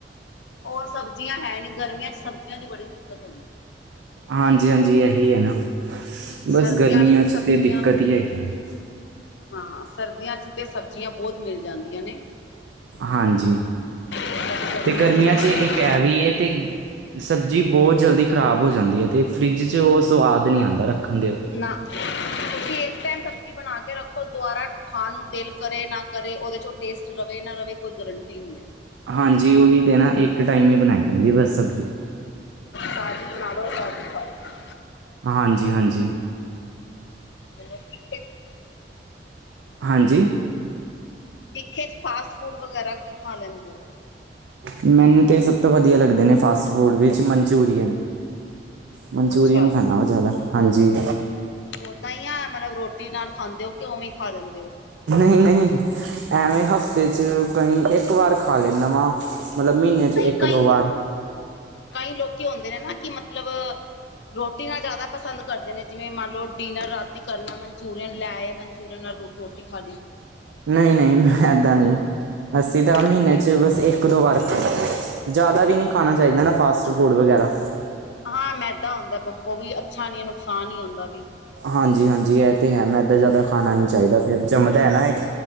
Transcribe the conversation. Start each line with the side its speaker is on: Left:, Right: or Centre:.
Left: ਹੋਰ ਸਬਜ਼ੀਆਂ ਹੈ ਨੀ, ਗਰਮੀਆਂ ਚ ਸਬਜ਼ੀਆਂ ਦੀ ਬੜੀ ਦਿੱਕਤ ਹੁੰਦੀ ਏ।
Right: ਹਾਂਜੀ ਹਾਂਜੀ ਇਹੀ ਹੈ ਨਾ, ਬਸ
Left: ਸਰਦੀਆਂ
Right: ਗਰਮੀਆਂ
Left: ਵਿੱਚ ਤਾਂ
Right: 'ਚ
Left: ਸਬਜ਼ੀਆਂ
Right: ਤੇ ਦਿੱਕਤ ਹੀ ਹੈਗੀ ਐ।
Left: ਹਾਂ, ਸਰਦੀਆਂ ਚ ਤੇ ਸਬਜ਼ੀਆਂ ਬਹੁਤ ਮਿਲ ਜਾਂਦੀਆਂ ਨੇ।
Right: ਹਾਂਜੀ,
Left: ਬਟ
Right: ਤੇ ਗਰਮੀਆਂ
Left: ਨਹੀਂ
Right: ਚ
Left: ਮਿਲਦੀਆਂ।
Right: ਇੱਕ ਇਹ ਵੀ ਹੈ ਤੇ ਸਬਜ਼ੀ ਬਹੁਤ ਜਲਦੀ ਖ਼ਰਾਬ ਹੋ ਜਾਂਦੀ ਹੈ। ਅਤੇ ਫਰਿੱਜ 'ਚ ਉਹ ਸਵਾਦ ਨਹੀਂ ਆਉਂਦਾ ਰੱਖਣ ਦੇਤੇ।
Left: ਨਾ, ਤੁਸੀਂ ਇੱਕ ਟਾਈਮ ਸਬਜ਼ੀ ਬਣਾ ਕੇ ਰੱਖੋ। ਥੋ ਦੁਬਾਰਾ ਖਾਣ ਨੂੰ ਦਿਲ ਕਰੇ ਨਾ ਕਰੇ, ਉਹਦੇ ਚ ਟੇਸਟ ਰਵੇ ਨਾ ਰਵੇ, ਕੋਈ ਗਰੰਟੀ ਨਹੀਂ ਹੈ।
Right: ਹਾਂਜੀ, ਉਹੀ ਤੇ ਨਾ ਇੱਕ ਟਾਈਮ ਹੀ ਬਣਾਈ ਜਾਂਦੀਏ ਬ ਬਸ ਸਬਜ਼ੀ।
Left: ਸਜੀ ਨਾਲ ਲੋ ਪਾਜੀ ਫਾਲ <unintelligible>
Right: ਹਾਂਜੀ, ਹਾਂਜੀ
Left: <unintelligible> ਤੁਹਾਨੂੰ?
Right: ਹਾਂਜੀ
Left: ਤਿੱਖੇ ਚ ਫਾੱਸਟ ਫੂਡ ਵਗੈਰਾ ਕੀ ਖਾ ਲੈਂਦੇ ਓ
Right: ਮੈਨੂੰ ਤੇ ਸਭ ਤੋਂ ਵਧੀਆ ਲੱਗਦੇ ਨੇ ਫਾਸਟ ਫੂਡ ਵਿੱਚ ਮਨਚੂਰੀਅਨ। ਮਨਚੂਰੀਅਨ
Left: ਅੱਛਾ
Right: ਖਾਣਾ ਵਾ ਜ਼ਾਦਾ ਹਾਂਜੀ
Left: ਔਦਾ ਈ ਆ ਮਤਲਬ ਰੋਟੀ ਨਾਲ ਖਾਂਦੇ ਓ ਕਿ ਉਵੇਂ ਈ ਖਾ ਲੈਂਦੇ ਓ
Right: ਨਈ ਨਈ, ਐਵੇਂ ਹਫ਼ਤੇ 'ਚ ਕਈ ਇੱਕ ਵਾਰ ਖਾ ਲੈਂਨਾ ਵਾਂ ਮਤਲਬ ਮੀਨੇ ਚ
Left: ਨਹੀਂ
Right: ਇੱਕ
Left: ਕਈ
Right: ਦੋ ਵਾਰ।
Left: ਕਈ ਲੋਕੀ ਹੁੰਦੇ ਨੇ ਨਾ, ਕਿ ਮਤਲਬ ਰੋਟੀ ਨਾਲ ਜ਼ਾਦਾ ਪਸੰਦ ਕਰਦੇ ਨੇ ਜਿਵੇਂ ਮੰਨ ਲੋ ਡਿਨਰ ਰਾਤੀ ਕਰਨਾ, ਮਨਚੂਰੀਅਨ ਲੈਏ ਮਨਚੂਰੀਅਨ ਨਾਲ ਰੋ ਰੋਟੀ ਖਾਲੀ।
Right: ਨਈ ਨਈ ਏਦਾਂ ਨੀ, ਅਸੀਂ ਤਾਂ ਮਹੀਨੇ
Left: ਐਸੇ ਨਹੀਂ
Right: ਚ ਬਸ ਇੱਕ ਦੋ ਵਾਰ ਖਾ ਜ਼ਾਦਾ ਵੀ ਨੀ ਖਾਣਾ ਚਾਈਦਾ ਨਾ ਫਾਸਟ ਫੂਡ ਵਗੈਰਾ।
Left: ਹਾਂ, ਮੈਦਾ ਹੁੰਦਾ ਉਹ ਵੀ ਅੱਛਾ ਨੀ ਨੁਕਸਾਨ ਈ ਹੁੰਦਾ ਵੀ।
Right: ਹਾਂਜੀ, ਹਾਂਜੀ ਏ ਤੇ ਹੈ, ਮੈਦਾਂ ਜ਼ਾਦਾ ਖਾਣਾ ਨੀ ਚਾਈਦਾ ਫੇਰ ਜੰਮਦਾ ਹੈ ਨਾ ਇੱਕ